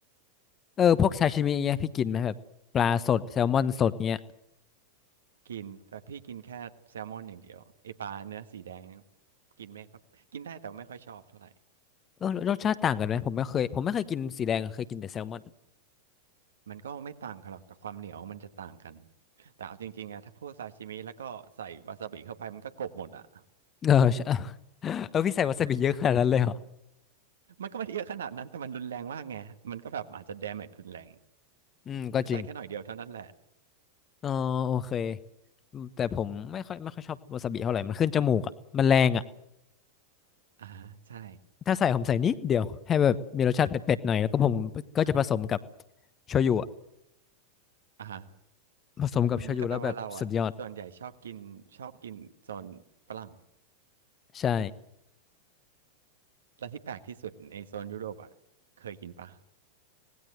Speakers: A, on the left; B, on the right.
A: เออพวกซาชิมิอย่างเงี้ยพี่กินไหมแบบปลาสดแซลมอนสดเงี้ย
B: กินแต่พี่กินแค่แซลมอนอย่างเดียวไอปลาเนื้อสีแดงเนี่ยกินไม่ครับกินได้แต่ไม่ค่อยชอบเท่าไหร่
A: เออรสชาติต่างกันไหมผมไม่เคยผมไม่เคยกินสีแดงอะเคยกินแต่แซลมอน
B: มันก็ไม่ต่างกันหรอกแต่ความเหนียวมันจะต่างกันแต่เอาจริงๆอะถ้าพวกซาชิมิแล้วก็ใส่วาซาบิเข้าไปมันก็กลบหมดอะ
A: <laughs> เออใช่ <laughs> เออพี่ใส่วาซาบิเยอะขนาดนั้นเลยเหรอ
B: มันก็ไม่ได้เยอะขนาดนั้นแต่มันรุนแรงมากไงมันก็แบบอาจจะ damage รุนแรง
A: อืมก็จริง
B: ใส่แค่หน่อยเดียวเท่านั้นแหละ
A: อ๋อโอเคอืมแต่ผมไม่ค่อยไม่ค่อยชอบวาซาบิเท่าไหร่มันขึ้นจมูกอ่ะมันแรงอ่ะ
B: อ่าฮะใช่
A: ถ้าใส่ผมใส่นิดเดียวให้แบบมีรสชาติเผ็ดๆหน่อยแล้วก็ผมก็จะผสมกับโชยุอะ
B: อ่าฮะ
A: ผสมกับโชยุแล้วแบบสุดยอด
B: อืมก็แปลว่าเราอะส่วนใหญ่ชอบกินชอบกินโซนฝรั่ง
A: ใช่
B: และที่แปลกที่สุดในโซนยุโรปอะเคยกินปะ